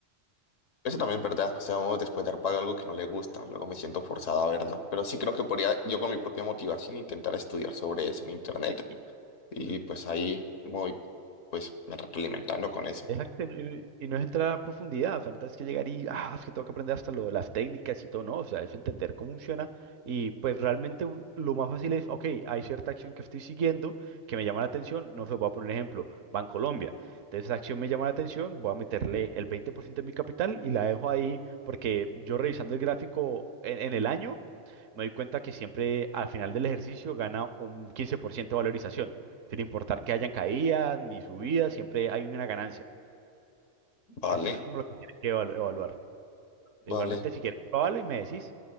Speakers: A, on the left; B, on the right.
A: Eso también es verdad, o sea, uno después de dar pago algo que no le gusta, luego me siento forzado a verlo, pero sí creo que podría yo con mi propia motivación intentar estudiar sobre eso en internet
B: Sí. y-
A: y
B: Ujú.
A: pues ahí voy pues me retroalimentando con eso.
B: Exacto, y no y- y no es entrar a profundidad, falta es que llegar y, ah, es que tengo que aprender hasta lo, de las técnicas y todo, no, o sea, es entender cómo funciona y pues realmente un- lo más fácil es, ok, hay cierta acción que estoy siguiendo que me llama la atención, no sé, voy a poner un ejemplo, Bancolombia, entonces esa acción me llama la atención, voy a meterle el 20% de mi capital y la dejo ahí porque yo revisando el gráfico en, en el año, me doy cuenta que siempre al final del ejercicio gana un 15% de valorización, sin importar que hayan caídas ni subidas, siempre hay una ganancia.
A: Vale,
B: Eso es como lo que tienes que evalu- evaluar. Igualmente,
A: vale,
B: si quieres, pruébalo y me decís